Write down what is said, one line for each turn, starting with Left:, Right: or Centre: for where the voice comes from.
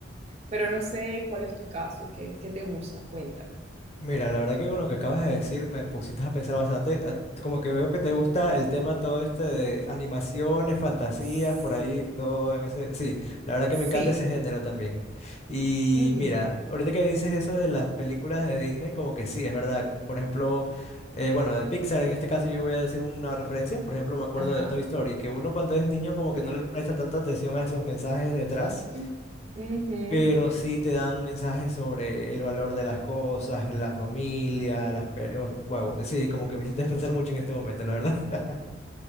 Right: pero no sé cuál es tu caso, qué, qué te gusta, cuéntame.
Left: Mira, la verdad que con lo que acabas de decir me pusiste a pensar bastante, a- como que veo que te gusta el tema todo este de animaciones, fantasías,
Right: Sí,
Left: por ahí, todo en ese... Sí, la verdad que
Right: sí,
Left: me encanta ese género también. Y
Right: ujú,
Left: mira, ahorita que dices eso de las películas de Disney, como que sí, es verdad. Por ejemplo, eh, bueno, de Pixar en este caso yo voy a decir una referencia, por ejemplo, me acuerdo
Right: Ajá,
Left: de Toy Story, que uno cuando es niño como
Right: mm,
Left: que no le presta tanta atención a esos mensajes detrás.
Right: mm, ujú.
Left: Pero sí te dan mensajes sobre el valor de las cosas, la familia, las... pe- o- Wow, sí, como que me hiciste <laughs> pensar mucho en este momento, la verdad. <laughs>